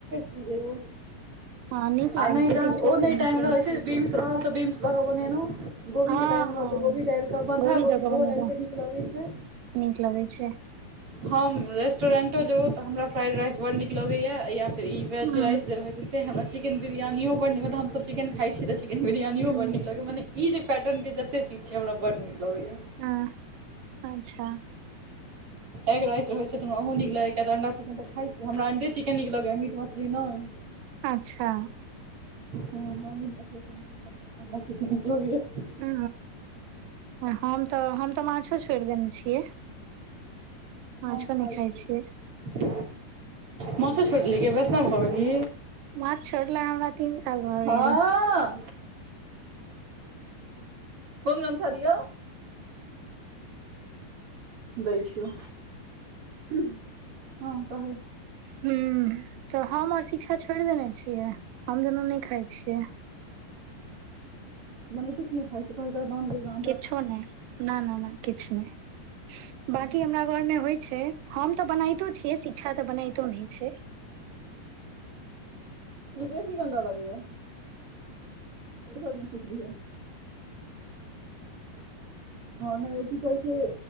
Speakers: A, on the right; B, on the right.
A: जेबो
B: हँ नीक
A: आ
B: लागै
A: नहि जहन
B: छै शिक्षो
A: ओ
B: के
A: नहि
B: नीक
A: टाइम
B: लगै
A: रहैत छै बिंस रहल तऽ बिंस लऽ कऽ बनेलहुँ गोभी
B: हँ
A: के टाइम रहल त गोभी डालिक कऽ बन्धा गोभी
B: दऽ कऽ
A: तऽ
B: बनेलौ
A: ओहो डालकऽ नीक लगैत छै
B: नीक लगे छै
A: हम रेस्टोरेंटो जेबौ तऽ हमरा फ्राइड राइस बड नीक लगैया ई वेज
B: हूँ
A: राइस जे रहै छै से हमरा चिकेन बिरियानियो बड नीक मतलब हमसब चिकेन खा छी तऽ चिकेन बिरियानी ो
B: हूँ
A: बड नीक लगया मने ई जे पैटर्न के जते चीज छै हमरा बड नीक लगे या
B: ह अच्छा
A: एग राइस रहे छै त हमरा ओहो निक लागय यै अंडान त खाय हमरा अंडे चिकन निकलगै मीट मछली नहि
B: अच्छा
A: होइ ह म्मी ने बस त पस दे आंडा च निकल
B: ओ हम तऽ हम तऽ माछो छोड़ि देने छियै माछो
A: हम
B: नहि
A: खाइ छ
B: छियै
A: मछर छोटल के बेचना भनि
B: माछ छोड़ला हमरा तीन साल भ
A: हँ
B: गेलय
A: कोन गमछा दीयो दै छियो हँ कह
B: ह तऽ हम ओर शिक्षा छोड़ देने छियै हम दुनू नहि खाइ छियै
A: मने कि नहि खइ छी क ननेज <unintelligible>
B: किछो नहि न नहि नहि किछ नहि
A: करै
B: बकी हमरा
A: छी।
B: घर मे होइ छै हम तऽ बनातो छियै शिक्षा तऽ बनातो नहि छै
A: ई बेसी गन्द लागैया ओ भग सिकल है <inaudible> हँ नहि यौ की कहै छै